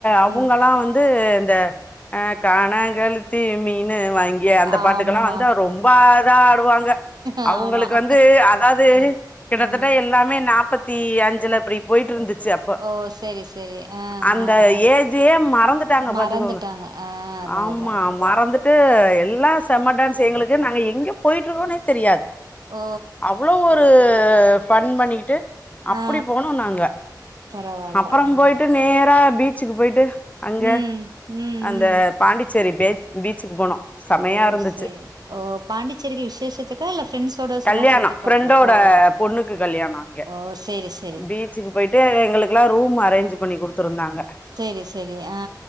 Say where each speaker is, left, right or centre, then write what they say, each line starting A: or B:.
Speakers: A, on the left; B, on the right.
A: அவுங்கல்லா
B: ம்
A: வந்து இந்த அ காணாங்கெழுத்தி மீனு வாங் கியே அந்த பாட்டுக்கெல்லா
B: ஆமா
A: வந்தா ரொம்ப அழகா ஆடுவாங்க
B: ஆமா
A: அவுங்களுக்கு வந்து அதாவது
B: அ
A: கிட்டத்தட்ட
B: ஆ
A: எல்லாமே நாபத் தி அஞ்சுல அப்டி போயிட்டு இருந்துச்சு இப்ப
B: ஓ செரி செரி ஆ
A: அந்த
B: ஆ ஆ
A: ஏஜே மறந்துட்டாங்க
B: மறந்துட்டாங்க
A: பாத்துக்கோங்க
B: ஆ அதா
A: ஆமா
B: அதா அதா
A: மறந்துட் டு எல்லா செமடான்ஸு எங்களுக்கு நாங்க எங்க போயிட்டு ருக்கோனே தெரியாது
B: ஓ
A: அவ்ளோ ஒரு ஃபன் பண்ணிக்கிட்டு அப்டி
B: ஆ
A: போனோ நாங்க
B: பரவால்ல
A: அப்பறோ
B: ஆ
A: போயிட்டு நேரா பீச்சுக்கு போயிட்டு அங்க
B: ம் ம்
A: அந்த
B: ம்
A: பாண்டிச்சேரி பேச் பீச்சுக்கு போனோ செமையா
B: ஓ
A: இருந்துச்சு
B: ஸ்சேர் ஓ பாண்டிச்சேரிக்கு விசேஷச செக் கா இல்ல ஃபிரெண்ஸோட சும்மா
A: கல்யாணோ
B: சுத்தி
A: ஃப்ரெண்டோட
B: பாக்கலா ஓ
A: பொண்ணுக்கு கல்யாணோ அங்க
B: ஓ ஸ்சேரி ஸ்
A: பீச்சுக்கு போயிட்டு எங்களுக்கெல்லா ரூம் அரேஞ்ச் பண்ணி குடுத்துருந்தாங்க
B: சேரி சேரி ஆ